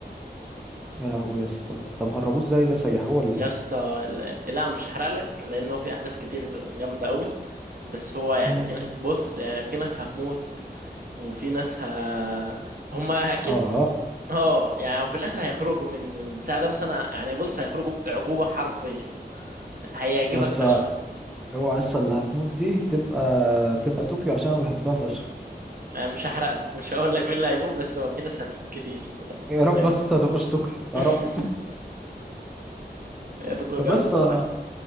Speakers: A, in the centre; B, on the right.
A: يا لهوي يس طب هربوه ازاي ده سيحوه ولا
B: يا
A: ايه
B: اسطى لا لا، مش هحرق لك لان هو في احداث كتير جامده قوي بس هو يعني
A: امم
B: في ن- بص يعني في ناس هتموت وفي ناس ه... هما اكيد
A: اه
B: اه يعني في الاخر هيخرجوا من البتاع ده بس انا يعني بص هيخرجوا عقوبه حرفيا هيعجبك
A: بس
B: فشخ
A: اوعى لسه اللي هتموت دي تبقى تبقى طوكيو عشان انا بحبها فشخ
B: انا مش هحرق لك مش هقول لك مين اللي هيموت بس هو في ناس هتموت كتير يعني
A: يا رب
B: منهم
A: بس ما تبقاش طوكيو
B: <laughs>
A: يا رب
B: هتكون
A: بس
B: جامده صراحه
A: انا